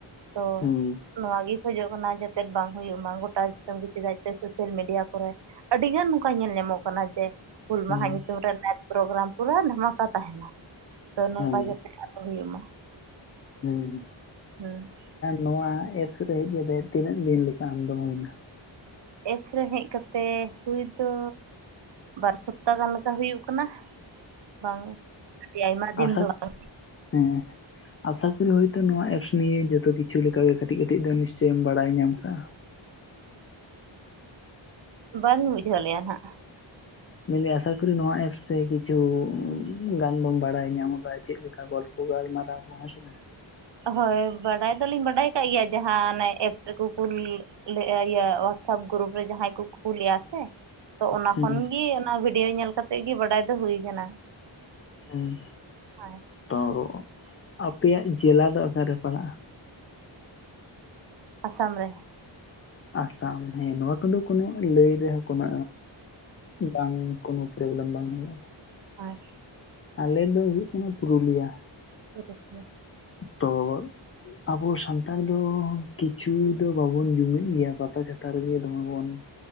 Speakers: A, on the right; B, on the left.
A: ᱛᱚ,
B: ᱦᱩᱸ
A: ᱱᱚᱣᱟᱜᱮ ᱠᱷᱚᱡᱚᱜ ᱠᱟᱱᱟ ᱡᱟᱛᱮ ᱵᱟᱝ ᱦᱩᱭᱩᱜ ᱢᱟ ᱜᱚᱴᱟ ᱫᱤᱥᱚᱢ ᱜᱮ ᱪᱮᱫᱟᱜ ᱥᱮ ᱥᱳᱥᱟᱞ ᱢᱤᱰᱤᱭᱟ ᱠᱚᱨᱮ᱾ ᱟᱹᱰᱤ ᱜᱟᱱ ᱱᱚᱝᱠᱟ ᱧᱮᱞ ᱧᱟᱢᱚᱜ ᱠᱟᱱᱟ ᱡᱮ ᱦᱩᱞ
B: ᱦᱩᱸ
A: ᱢᱟᱦᱟ ᱸᱧᱩᱛᱩᱢ ᱨᱮ ᱱᱟᱴ ᱯᱨᱳᱜᱨᱟᱢ ᱯᱩᱨᱟᱹ ᱫᱷᱟᱢᱟᱠᱟ ᱛᱟᱦᱮᱱᱟ ᱾ ᱛᱚ ᱱᱚᱝᱠᱟ
B: ᱦᱩᱸ
A: ᱡᱟᱛᱮ ᱟᱞᱚ ᱦᱩᱭᱩᱜ ᱢᱟ
B: ᱦᱮᱸ
A: ᱦᱩᱸ
B: ᱱᱚᱣᱟ ᱮᱯᱥ ᱨᱮ ᱦᱮᱡ ᱠᱟᱛᱮᱫ ᱛᱤᱱᱟᱹᱜ ᱫᱤᱱ ᱞᱮᱠᱟ ᱟᱢ ᱫᱚᱢ ᱦᱩᱭ ᱱᱟ᱾
A: ᱮᱯᱥ ᱨᱮ ᱦᱮᱡ ᱠᱟᱛᱮᱜ ᱦᱩᱭ ᱫᱚ ᱵᱟᱨ ᱥᱚᱯᱛᱟ ᱜᱟᱱ ᱞᱮᱠᱟ ᱦᱩᱭᱩᱜ ᱠᱟᱱᱟ ᱾ᱵᱟᱝ ᱟᱹᱰᱤ ᱟᱭᱢᱟ ᱫᱤᱱ
B: ᱟᱥᱟ
A: ᱫᱚ ᱵᱟᱝ
B: ᱦᱮᱸ ᱟᱥᱟ ᱠᱚ ᱨᱮ ᱦᱚᱭᱛᱚ ᱱᱚᱣᱟ ᱮᱯᱥ ᱱᱤ ᱭᱮ ᱡᱷᱚᱛᱚ ᱠᱤᱪᱷᱩ ᱞᱮᱠᱟ ᱜᱮ ᱠᱟᱹᱴᱤᱡ ᱠᱟᱹᱴᱤᱡ ᱫᱚ ᱱᱤᱥ ᱪᱚᱭᱮᱢ ᱵᱟᱲᱟᱭ ᱧᱟᱢ ᱟᱠᱟᱜᱼᱟ᱾
A: ᱵᱟᱹᱞ ᱵᱩᱡᱷᱟᱹᱣ ᱞᱮᱜ ᱦᱟᱜ
B: ᱢᱮᱱ ᱫᱟᱹᱧ ᱟᱥᱟ ᱠᱚᱨᱤ ᱱᱚᱣᱟ ᱮᱯᱥ ᱛᱮ ᱠᱤᱪᱷᱩ ᱜᱟᱱ ᱵᱚᱱ ᱵᱟᱲᱟᱭ ᱧᱟᱢ ᱟᱠᱟᱫᱟ ᱪᱮᱫ ᱞᱮᱠᱟ ᱜᱚᱞ ᱯᱚ ᱯᱷᱩ ᱜᱟᱞ ᱢᱟᱨᱟᱣ ᱠᱚ <unintelligible>
A: ᱦᱳᱭ ᱵᱟᱰᱟᱭ ᱫᱚ ᱞᱤᱧ ᱵᱟᱰᱟᱭ ᱟᱠᱟᱜ ᱜᱮ ᱭᱟ ᱡᱟᱦᱟᱸ ᱚᱱᱮ ᱮᱯ ᱨᱮ ᱜᱮ ᱠᱩᱞ ᱟᱹᱭᱤᱭᱟᱹ ᱳᱣᱟᱴᱥᱮᱯ ᱜᱨᱩᱯ ᱨᱮ ᱡᱟᱦᱟᱸᱭ ᱠᱚ ᱠᱩᱞᱼᱟ ᱥᱮ ᱛᱚ ᱚᱱᱟ
B: ᱦᱩᱸ
A: ᱠᱷᱚᱱ ᱜᱤ ᱚᱱᱟ ᱵᱷᱤ ᱰᱭᱳ ᱧᱮᱞ ᱠᱟᱛᱮᱜ ᱜᱮ ᱵᱟᱰᱟᱭ ᱫᱚ ᱦᱩᱭ ᱠᱟᱱᱟ᱾
B: ᱦᱮᱸ
A: ᱦᱳᱭ
B: ᱛᱚ ᱟᱯᱮ ᱭᱟᱜ ᱡᱮᱞᱟ ᱫᱚ ᱚᱠᱟ ᱨᱮ ᱯᱟᱲᱟᱜᱼᱟ᱾
A: ᱟᱥᱟᱢ ᱨᱮ
B: ᱟᱥᱟᱢ ᱦᱮᱸ ᱱᱚᱣᱟ ᱠᱚ ᱫᱚ ᱠᱚ ᱱᱚ ᱞᱟᱹᱭ ᱨᱮ ᱦᱚᱸ ᱠᱚ ᱱᱚ ᱵᱟᱝ ᱠᱳᱱᱳ ᱯᱚᱨᱳᱵᱽ ᱞᱮᱢ ᱵᱟᱝ ᱦᱳᱭᱳᱜᱼᱟ᱾
A: ᱦᱳᱭ
B: ᱟᱞᱮ ᱫᱚ ᱦᱩᱭᱩᱜ ᱠᱟᱱᱟ ᱯᱩᱨᱩ ᱞᱤᱭᱟ᱾
A: ᱠᱚᱫᱮᱥᱭᱟ
B: ᱛᱚ ᱟᱵᱚ ᱥᱟᱱᱛᱟᱲ ᱫᱚ ᱠᱤᱪᱷᱩ ᱫᱚ ᱵᱟ ᱵᱚᱱ ᱡᱩᱢᱤᱫ ᱜᱮᱭᱟ ᱾ᱯᱟᱛᱟ ᱪᱷᱟᱛᱟ ᱨᱮ ᱜᱮ ᱫᱚ ᱢᱮ ᱵᱚᱱ <inaudible>